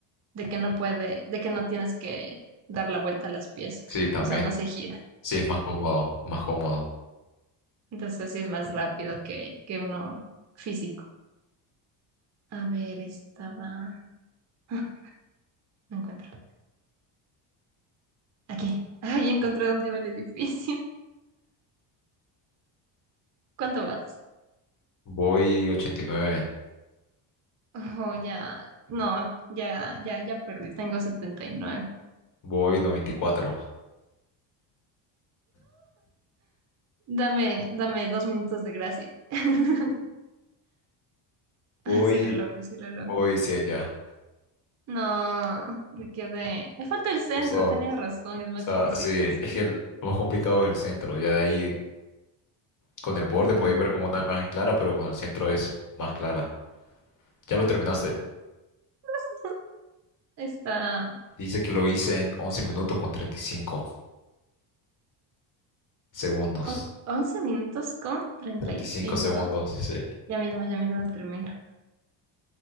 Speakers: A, on the right; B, on the left.
A: De que no puede, de que no tienes que dar la vuelta a las piezas.
B: Sí, también.
A: O sea, no se gira.
B: Sí, es más cómodo. Más cómodo.
A: Entonces sí es más rápido que, que uno físico. A ver, estaba. <laughs> No encuentro. Aquí. <laughs> Ay, encontré dónde iba el edificio. <laughs> ¿Cuánto vas?
B: Voy 89.
A: Oh, ya. No, ya, ya, ya perdí. Tengo 79.
B: Voy 94.
A: Dame, dame dos minutos de gracia. <laughs>
B: Voy,
A: Ah, sí lo logro, sí lo logro.
B: voy 100 ya.
A: No, me quedé. Me falta el centro,
B: Gustavo.
A: tenías razón, es más
B: Está,
A: difícil
B: sí,
A: el centro.
B: es que el- lo más complicado es el centro. Ya de ahí, con el borde
A: Ah,
B: puedes ver como una imagen clara, pero con el centro es más clara. Ya lo terminaste.
A: <laughs> está
B: Dice que lo hice en 11 minutos con 35 segundos.
A: on- 11 minutos con treinta
B: 35
A: y cinco.
B: segundos, sí.
A: Ya mismo, ya mismo termino.